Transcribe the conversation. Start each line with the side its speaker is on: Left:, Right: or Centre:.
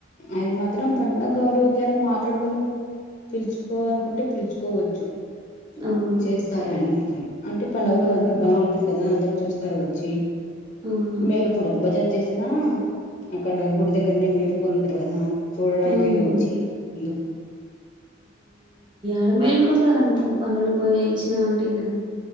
Left: అది మాత్రం పడగాదు కదా మాట్లాడుకొని పిలుచుకోవాలనుకుంటే పిలుచుకోవచ్చు
Right: అవును
Left: చేస్తార అనీకొని అంటే పండుగ
Right: ఉమ్
Left: రోజు అందరు బాగుంటారు కదా అందరు చూస్తారు వచ్చి
Right: అవును
Left: మేలు కూడమ్ భజన చేసే నా అక్కడ గుడి దగ్గరనే మేల్కొని ఉంటారు కదా చూడడానికైనా
Right: ఉమ్
Left: వచ్చి నందుకు
Right: క్కడ మేల్కుంటారు అంతా పన్నులు పోయ ఇచ్చిన అంటే ఇంకా